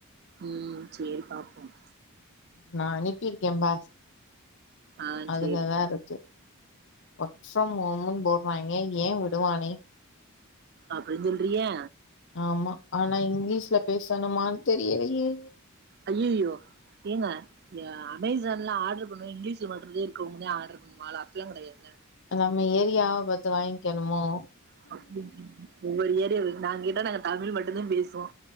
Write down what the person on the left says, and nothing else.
நா அனுப்பிருக்கே பார்
அதுலதா
இருக்கு ஒர்க் ஃப்ரம் ஹோமு போட் வாங்கே ஏ விடுவானே
ஆமா ஆனா இங்கிலீஷ்ல பேசணுமான்னு தெரியலையே
நம்ம ஏரியாவ பத்து வாங்கிக்கணுமோ